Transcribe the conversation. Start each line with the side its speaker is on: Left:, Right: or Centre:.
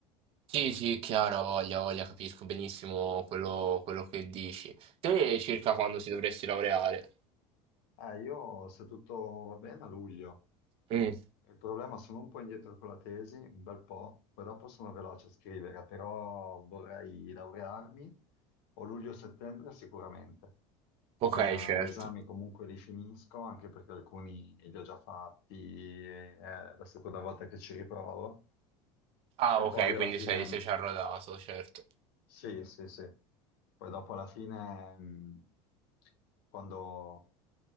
Right: Sì, sì, chiaro, voglia, voglia, capisco benissimo quello, quello che dici. Te circa
Left: Com-
Right: quando si dovresti laureare?
Left: Eh, io, se tutto va bene, a luglio.
Right: Mm,
Left: Il problema, sono un po' indietro con la tesi, un bel po', poi dopo sono veloce a scrivere, però vorrei laurearmi o luglio-settembre sicuramente.
Right: Ok,
Left: Eh,
Right: certo.
Left: gli esami comunque li finisco, anche perché alcuni li ho già fatti, eh, è la seconda volta che ci riprovo.
Right: Ah,
Left: E
Right: ok,
Left: poi alla
Right: quindi
Left: fine
Right: sei, sei già rodato, certo.
Left: Sì, sì, sì. Poi dopo alla fine, mh, quando,